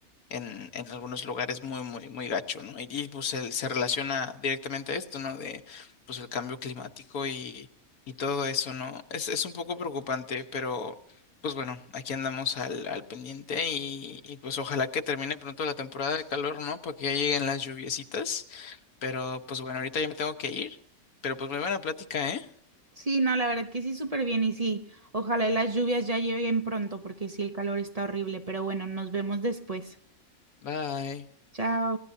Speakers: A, on the left (about 90°); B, on the right (about 30°).
A: en, en algunos lugares muy, muy, muy gacho, ¿no? Y, y, pues se, se relaciona directamente a esto, ¿no? De pues el cambio climático y, y todo eso, ¿no? Es, es un poco preocupante, pero pues bueno, aquí andamos al, al pendiente y, y pues ojalá que termine pronto la temporada de calor, ¿no? Para que ya lleguen las lluviecitas, pero pues bueno, ahorita ya me tengo que ir, pero pues muy buena plática, ¿eh?
B: Sí, no, la verdad que sí, súper bien y sí, ojalá y las lluvias ya lleguen pronto porque sí, el calor está horrible, pero bueno, nos vemos después.
A: Bye.
B: Chao.